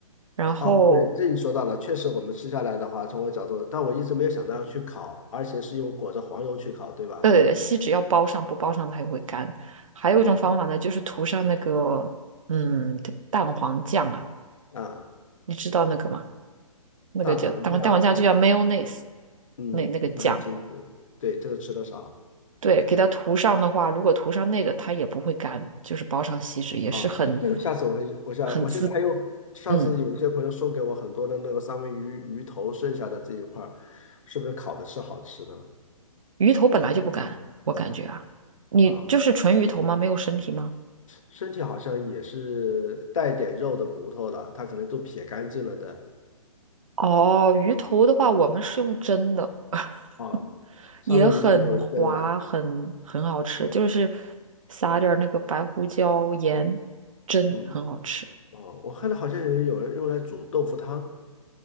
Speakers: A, on the right; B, on the left.
A: 然后
B: 哦，对，这你说到了，确实我们吃下来的话，从我角度，但我一直没有想到要去烤，而且是用裹着黄油去烤，对吧？
A: 对，锡纸要包上，不包上它也会干。还有一种方法呢，
B: 哦，
A: 就是涂上那个嗯蛋黄酱啊，
B: 啊，
A: 你知道那个吗？那个叫蛋黄蛋黄酱就叫
B: 蛋黄酱，
A: mayonnaise，
B: 嗯，
A: 那那个酱，
B: 不是很清楚，对，这个吃的少。
A: 对，给它涂上的话，如果涂上那个，它也不会干，就是包上锡纸也是很
B: 啊，那这个下次我会，我想我现在还有上次有一些朋友送给我很多的那个三文鱼鱼头剩下的这一块儿，
A: 很滋，嗯，
B: 是不是烤的是好吃的
A: 鱼头本来就不干，我感觉啊，你就是纯鱼头吗？
B: 啊？
A: 没有身体吗？
B: 身体好像也是带点肉的骨头的，它可能都撇干净了的
A: 哦，鱼头的话，我们是用蒸的，<laughs>
B: 哦，三文鱼的鱼头扔了，
A: 也很滑，很很好吃，就是撒点儿那个白胡椒盐蒸，
B: 嗯，
A: 很好吃，
B: 哦，我看到好像有人有人用来煮豆腐汤，